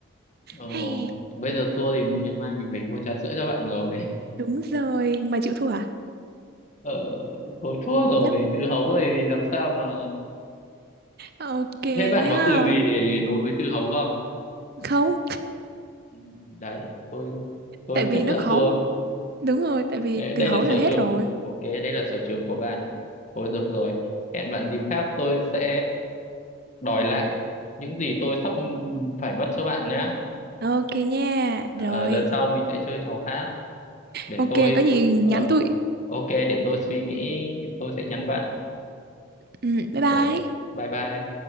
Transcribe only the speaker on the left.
Ồ,
bây giờ thua thì ngày mai mình phải mua trà sữa cho bạn rồi. <laughs>
Ờ, thôi thua rồi,
từ hấu này thì làm sao mà...
Thế bạn
có từ gì để nối với từ hấu không?
Ừ, Đấy, tôi tôi
chấp
nhận
thua.
Ê, Đây
là
sở
trường,
ok, đây là sở trường của bạn. Thôi được rồi, hẹn bạn dịp khác tôi sẽ đòi lại những gì tôi sắp phải mất cho bạn nhá.
Ờ,
lần sau mình sẽ chơi trò khác để
tôi...
Ờ,
ok, để tôi suy nghĩ, tôi sẽ nhắn bạn
Ồ, bye bye.